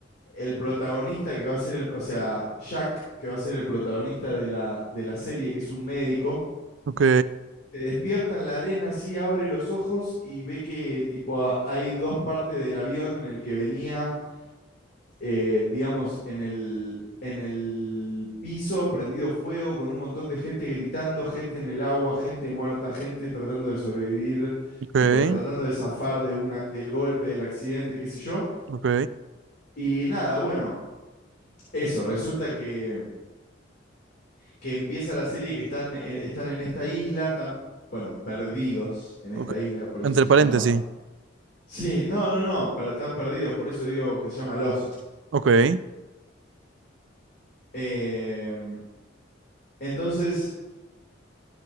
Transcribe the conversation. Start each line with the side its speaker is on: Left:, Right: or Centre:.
Left: el protagonista que va a ser el, o sea, Jack, que va a ser el protagonista de la, de la serie, que es un médico,
Right: ok,
Left: se despierta en la arena, así abre los ojos y ve que tipo a- hay dos partes del avión en el que venía eh, digamos, en el, en el piso, prendido fuego, con un montón de gente gritando, gente en el agua, gente muerta, gente tratando de sobrevivir,
Right: ok,
Left: tipo, de tratando de zafar de una, del golpe, del accidente, qué sé yo.
Right: ok,
Left: Y nada, bueno, eso, resulta que, que empieza la serie que están, eh, están en esta isla, están, bueno, perdidos en esta
Right: ok.
Left: isla, por eso
Right: Entre
Left: se
Right: paréntesis.
Left: llama... Sí, no, no, no, per- están perdidos, por eso digo que se llama Lost.
Right: Ok.
Left: Em, entonces...